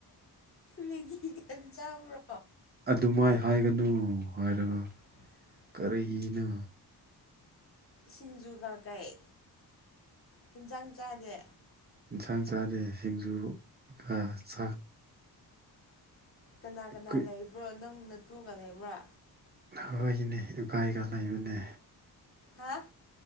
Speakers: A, on the left; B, on the right.
A: ꯃꯦꯒꯤꯒ ꯆꯥꯕ꯭ꯔꯣ
B: ꯑꯗꯨꯃꯥꯏ ꯍꯥꯏꯒꯅꯨ ꯍꯥꯏꯔꯒ
A: <unintelligible>
B: ꯀꯔꯤꯅꯣ
A: ꯁꯤꯡꯖꯨ ꯀ ꯀꯩ ꯍꯤꯟꯖꯥꯡ ꯆꯥꯗꯦ
B: ꯌꯦꯟꯁꯥꯡ ꯆꯥꯗꯦ ꯁꯤꯡꯖꯨꯒ ꯆꯥꯛ
A: ꯀꯅꯥ ꯀꯅꯥ
B: ꯀꯨꯏ
A: ꯂꯩꯕ꯭ꯔꯣ ꯅꯪ ꯅꯇꯨꯒ ꯂꯩꯕ꯭ꯔꯣ
B: ꯍꯣꯢꯅꯦ ꯏꯄꯥꯏꯒ ꯂꯩꯕꯅꯦ
A: ꯍꯥꯥ